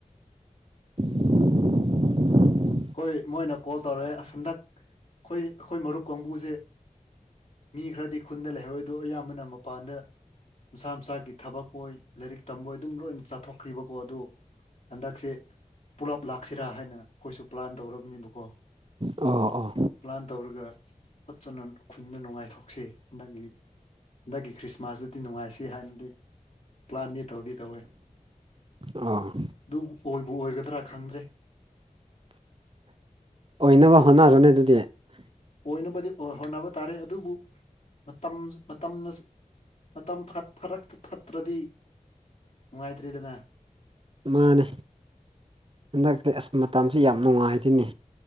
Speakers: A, on the right; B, on the left.
A: <unintelligible>
B: ꯍꯣꯏ ꯃꯣꯏꯅ ꯀꯣꯜ ꯇꯧꯔꯛꯑꯦ ꯑ ꯍꯟꯗꯛ ꯑꯩꯈꯣꯏ ꯑꯩꯈꯣꯏ ꯃꯔꯨꯞ ꯀꯥꯡꯕꯨꯁꯦ ꯃꯤ ꯈꯔꯗꯤ ꯈꯨꯟꯗ ꯂꯩꯍꯧꯋꯗ ꯑꯌꯥꯝꯕꯅ ꯑꯃ ꯃꯄꯥꯟꯗ ꯃꯁꯥ ꯃꯁꯥꯒꯤ ꯊꯕꯛ ꯑꯣꯏ ꯂꯥꯏꯔꯤꯛ ꯇꯝꯝꯕꯣꯏ ꯑꯗꯨꯝ ꯂꯣꯏꯅ ꯆꯠ ꯊꯣꯛꯈ꯭ꯔꯤꯕꯀꯣ ꯑꯗꯨ ꯍꯟꯗꯛꯁꯦ ꯄꯨꯂꯞ ꯂꯥꯛꯁꯤꯔꯥ ꯍꯥꯏꯅ ꯑꯩꯈꯣꯏꯁꯨ ꯄ꯭ꯂꯥꯟ ꯇꯧꯔꯕꯅꯦꯕꯀꯣ
A: ꯑꯣ ꯑꯣ
B: ꯄ꯭ꯂꯥꯟ ꯇꯧꯔꯒ ꯐꯖꯅ ꯈꯨꯗ ꯅꯨꯡꯉꯥꯏꯊꯣꯛꯁꯤ ꯍꯟꯗꯛꯀꯤ ꯍꯟꯗꯛꯀꯤ ꯈ꯭ꯔꯤꯁꯃꯥꯁꯇꯗꯤ ꯅꯨꯡꯉꯥꯏꯁꯤ ꯍꯥꯏꯅꯗꯤ ꯄ꯭ꯂꯥꯟꯗꯤ ꯇꯧꯗꯤ ꯇꯧꯋꯦ
A: ꯑꯣ
B: ꯑꯗꯨꯕꯨ ꯑꯣꯏꯕꯨ ꯑꯣꯏꯒꯗ꯭ꯔꯥ ꯈꯪꯗ꯭ꯔꯦ
A: ꯑꯣꯏꯅꯕ ꯍꯣꯠꯅꯔꯅꯦ ꯑꯗꯨꯗꯤ
B: ꯑꯣꯏꯅꯕꯗꯤ ꯍꯣꯠꯅꯕ ꯇꯥꯔꯦ ꯑꯗꯨꯕꯨ ꯃꯇꯝ ꯃꯇꯝꯅ ꯃꯇꯝ ꯐꯔꯛꯇ ꯐꯠꯇ꯭ꯔꯗꯤ ꯅꯨꯡꯉꯥꯏꯇ꯭ꯔꯦꯗꯅ
A: ꯃꯥꯅꯦ ꯍꯟꯗꯛꯇꯤ ꯑꯁ ꯃꯇꯝꯁꯤ ꯌꯥꯝ ꯅꯨꯡꯉꯥꯏꯇꯣꯏꯅꯦ